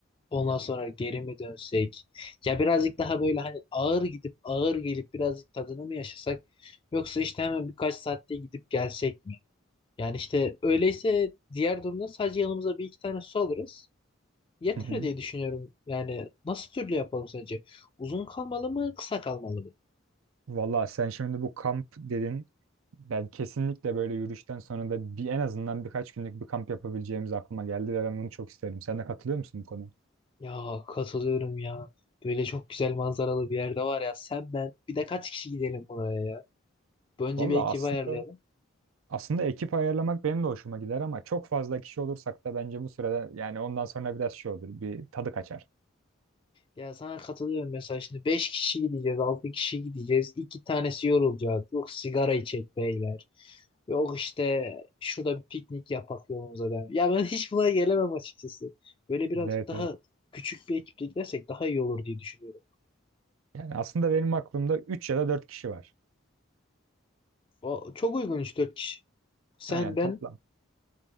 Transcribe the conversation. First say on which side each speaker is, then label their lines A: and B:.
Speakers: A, on the left; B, on the right.
A: ondan sonra geri mi dönsek? Ya birazcık daha böyle hani ağır gidip ağır gelip birazcık tadını mı yaşasak? Yoksa işte hemen birkaç saatte gidip gelsek mi? Yani işte öyleyse diğer durumda sadece yanımıza bir iki tane su alırız. Yeter
B: Hı hı.
A: diye düşünüyorum. Yani nasıl türlü yapalım sence? Uzun kalmalı mı, kısa kalmalı mı?
B: Valla sen şimdi bu kamp dedin. Ben kesinlikle böyle yürüyüşten sonra da bir, en azından birkaç günlük bir kamp yapabileceğimiz aklıma geldi ve ben bunu çok isterim. Sen de katılıyor musun bu konuya?
A: Ya katılıyorum ya. Böyle çok güzel manzaralı bir yerde var ya. Sen ben bir de kaç kişi gidelim buraya ya? Önce
B: Valla
A: bir ekibi
B: aslında
A: ayarlayalım.
B: Aslında ekip ayarlamak benim de hoşuma gider ama çok fazla kişi olursak da bence bu sırada yani ondan sonra biraz şey olur. Bir tadı kaçar.
A: Ya sana katılıyorum mesela şimdi 5 kişi gideceğiz, 6 kişi gideceğiz. iki tanesi yorulacak. Yok sigara içecek beyler. Yok işte şurada bir piknik yapak yolumuza der. Ya ben hiç buna gelemem açıkçası. Böyle birazcık
B: Evet
A: daha
B: evet.
A: küçük bir ekiple gidersek daha iyi olur diye düşünüyorum.
B: Yani aslında benim aklımda 3 ya da 4 kişi var.
A: O çok uygun 3 dört kişi. Sen
B: Aynen
A: ben
B: toplam.